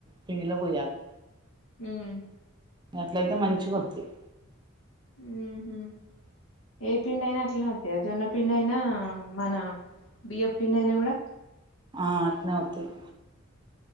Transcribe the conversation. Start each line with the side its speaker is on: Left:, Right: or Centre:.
Right: పిండిలో పోయాలి
Left: ఉమ్
Right: అట్లయితే మంచిగొత్తయ్
Left: ఉమ్ హ్మ్మ్ ఏ పిడిడైనా అట్లనే వత్తయ జొన్న పిం అయినా మన బియ్య పిండైయినా కూడా
Right: ఆ అట్నేవత్తయ్